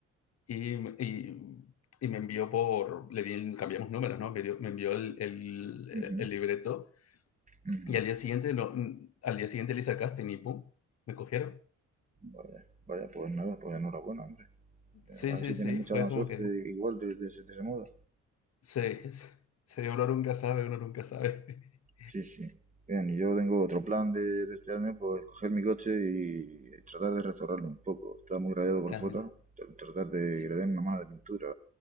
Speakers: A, on the left; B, on the right.
A: y, y, y me envió por, le di, cambiamos números, ¿no? Me, dio, me envió el, el,
B: ujú,
A: el, libreto
B: ujú.
A: y al día siguiente, no, al día siguiente le hice el casting y ¡pum! Me cogieron.
B: Vaya, vaya, pues nada, pues enhorabuena, hombre.
A: Sí,
B: A ver
A: sí,
B: si
A: sí,
B: tienes mucha
A: fue
B: más
A: como
B: suerte
A: que,
B: igual de, de, ese de ese modo.
A: sí, sí uno nunca sabe, uno nunca sabe. <laughs>
B: Sí, sí. Bien, y yo tengo otro plan de, de este año, pues coger mi coche y tratar de restaurarlo un poco. Está muy rayado por
A: Ah,
B: fuera,
A: mira.
B: tr- tratar de
A: Sí.
B: que le den una mano de pintura